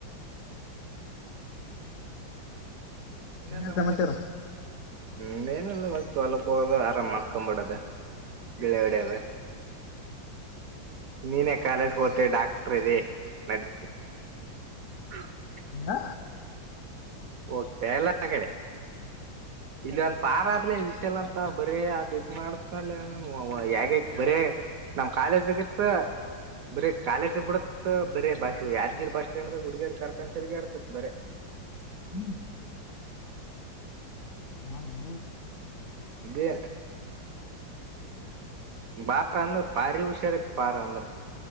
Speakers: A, on the right (about 65°); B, on the left (about 65°).
A: ಇನ್ನ
B: ಇನ್ನೇನ್
A: ತತ
B: ಸಮಾಚಾರ
A: ಹ್ಮ ಏನಲ್ಲು ಅಲ್ಕ್ಕ ಹೋಗೋದ ಆರಾಮ ಹಕೊಬಿಡದೆ ಬಿಳೆಗಡದ ನೀನೇ ಕಾಲೇಜ್ಗೆ ಹತ್ತೇ ಡಾಕ್ಟ್ರ ಇದೆ ನಡತದೆ ಹ್ಮ
B: ಅಲ್ಲ
A: ಹೋಗ್ತ ಅಲ್ಲಾ ಆ ಕಡೆ ಇಲ್ಲ ಒನ್ ಪಾರ ಆದಲೇ ವಿಷ ಅಂತ ಬರೀ ಅದ ಇದ್ ಮಾಡತ್ನ ಯಗ ಬರ ನಮ್ ಕಾಲೇಜ್ಗತ್ ಬರೀ ಕಾಲೇಜ ಬಿಡತ್ ಬರ ಬಸ್ ಯಾದ್ಗಿರಿ ಬಸ್ ಸ್ಟ್ಯಾಂಡ್ ಹುಡುಗಿರ್ ಕಾರ್ಖಾನಸಗ ಆಡ್ತತ್ ಬರ
B: ಹ್ಮ್ ಹಾ ಹ್ಮ
A: ಬ ಬಾರ ಅಂದ್ರ ಬಾರಿ ಹುಷಾರತ್ ಬಾರ ಅಂದ್ರ